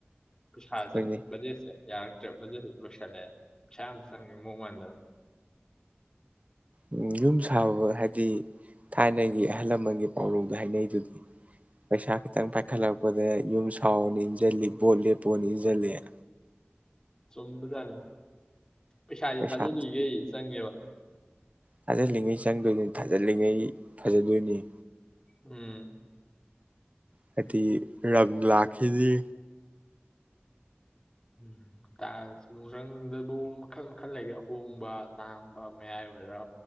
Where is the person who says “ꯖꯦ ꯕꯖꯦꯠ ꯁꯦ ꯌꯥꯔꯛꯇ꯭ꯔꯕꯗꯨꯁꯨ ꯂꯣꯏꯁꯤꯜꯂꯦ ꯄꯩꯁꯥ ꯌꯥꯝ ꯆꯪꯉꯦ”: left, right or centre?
Left